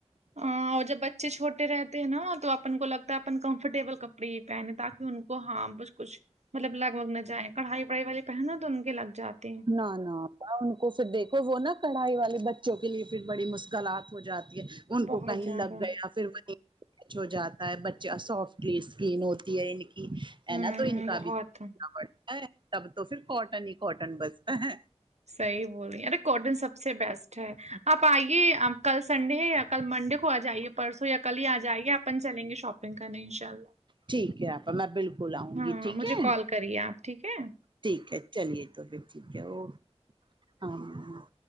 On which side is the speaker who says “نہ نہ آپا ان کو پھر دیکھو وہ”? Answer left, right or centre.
Right